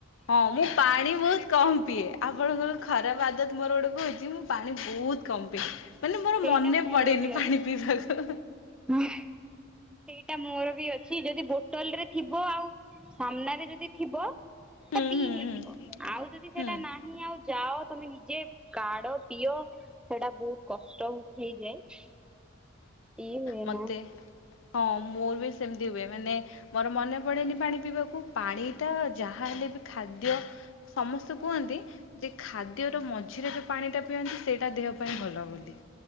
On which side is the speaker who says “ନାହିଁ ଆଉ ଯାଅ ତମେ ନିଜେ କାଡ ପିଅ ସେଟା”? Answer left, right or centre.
Centre